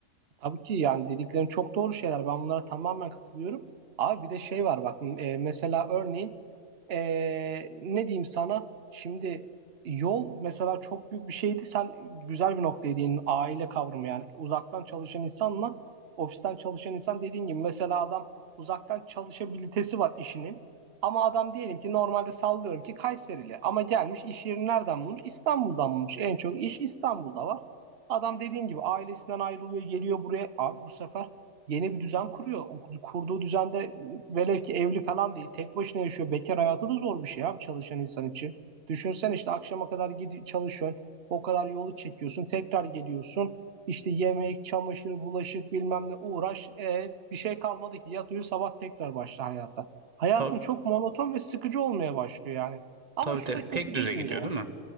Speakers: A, on the right; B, on the right.
A: Tabii ki yani dediklerin çok doğru şeyler. Ben bunlara tamamen katılıyorum. Abi bir de şey var bak e, mesela örneğin Ee, ne diyeyim sana? Şimdi yol mesela çok büyük bir şeydi. Sen güzel bir noktaya değindin. Aile kavramı yani. Uzaktan çalışan insanla ofisten çalışan insan dediğin gibi mesela adam uzaktan çalışabilitesi var işinin. Ama adam diyelim ki normalde sallıyorum ki Kayserili ama gelmiş iş yerini nereden bulmuş? İstanbul'dan bulmuş. En çok iş İstanbul'da var. Adam dediğin gibi ailesinden ayrılıyor, geliyor buraya. Abi bu sefer yeni bir düzen kuruyor. O kurduğu düzende velev ki evli falan değil. Tek başına yaşıyor. Bekar hayatı da zor bir şey abi çalışan insan için. Düşünsen işte akşama kadar gidi çalışıyorsun. O kadar yolu çekiyorsun. Tekrar geliyorsun. İşte yemek, çamaşır, bulaşık bilmem ne uğraş. E, bir şey kalmadı ki. Yat uyu sabah tekrar başla hayata. Hayatın
B: Tabii
A: çok monoton ve sıkıcı olmaya başlıyor yani. Ama
B: tabii,
A: şu
B: tabii.
A: da kötü
B: tek düze
A: değil mi
B: gidiyor
A: ya?
B: değil mi?